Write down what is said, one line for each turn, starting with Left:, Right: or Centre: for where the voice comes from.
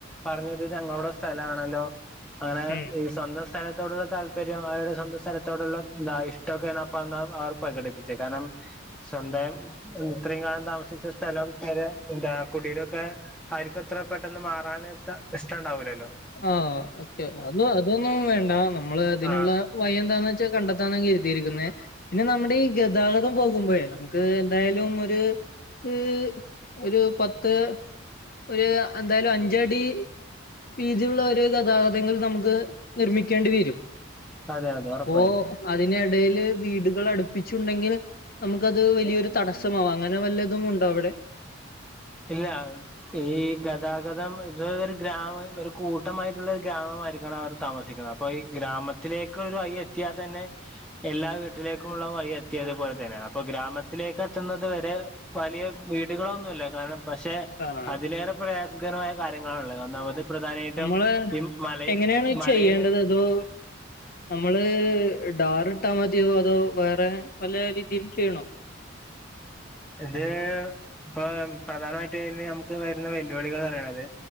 Centre: പറഞ്ഞത് ഞങ്ങളുടെ സ്ഥലാണല്ലോ അങ്ങനെ
Left: ഉം
Centre: ഈ സ്വന്തം സ് സ്ഥലത്തോടുള്ള താല്പര്യം അവരുടെ സ്വന്തം സ്ഥലത്തോടുള്ള എന്താ ഇഷ്ടൊക്കെ അപ്പന്ന് അവർ പ്രകടിപ്പിച്ചത് കാരണം സ്വന്തം ഇത്രയും കാലം താമസിച്ച സ്ഥലം <unintelligible> എന്താ കുടീരൊക്കെ ആർക്കും ഇത്ര പെട്ടെന്ന് മാറാന് ത പ്രശ്നം ഇണ്ടാവൂലല്ലോ
Left: ആഹ് ഓക്കെ അത് അതൊന്നും വേണ്ട നമ്മള് അതിനുള്ള
Centre: ആ
Left: വഴി എന്താന്ന് വെ കണ്ടെത്താൻ കരുതിയിരിക്കുന്നെ പിന്നെ നമ്മടെ ഈ ഗതാഗതം പോകുമ്പയെ നമുക്ക് എന്തായാലും ഒര് ഹ് ഒരു പത്ത് ഒര് എന്തായാലും അഞ്ചടി പീജുള്ള ഒര്ത് അതാ തങ്ങൾ നമുക്ക് നിർമ്മിക്കേണ്ടി വരും
Centre: അതെ അതെ
Left: അപ്പോ
Centre: ഉറപ്പായും
Left: അതിനിടയില് വീട്കള് അടുപ്പിച്ചുണ്ടെങ്കില് നമുക്കത് വലിയൊരു തടസ്സമാവാ അങ്ങനെ വല്ലതും ഉണ്ടോ അവിടെ
Centre: ഇല്ല ഈ ഗദാഗ ഗതം ഇത് ഒരു ഗ്രാമം ഒരു കൂട്ടമായിട്ടുള്ള ഒരു ഗ്രാമ മായിരിക്കണം അവർ താമസിക്ന്നെ അപ്പൊ ഈ ഗ്രാമ ട്ട്ലെക്ക് ഒരു വഴി എത്തിയാ തന്നെ എല്ലാ വീട്ടിലേക്കുള്ള വഴി എത്തിയത് പോലെ തന്നെയാണ് അപ്പ ഗ്രാമത്തില് ലെക്ക് എത്തുന്നത് വരെ വലിയ വീടുകളൊന്നുല്ല കാരണം പക്ഷെ
Left: ആഹ്
Centre: അതിലേറെ പ്രയാസകരമായ കാര്യങ്ങളാ ഇള്ളെ ഒന്നാമത് പ്രധാനമായിട്ടും
Left: നമ്മള്
Centre: ഈ മല
Left: എങ്ങനെണ്
Centre: മലയിൽ
Left: ചെയ്യേണ്ടത് അതോ നമ്മള് ഡാറ് ഇട്ടാ മദയോ ഓ വേറെ നല്ല രീതിൽ ചെയ്യണോ
Centre: ഇത് ഇപ്പം പ്രധാനമായിട്ട് നമുക്ക് വരുന്ന വെല്ലുവിളികള് ന്ന് പറയ്ണത്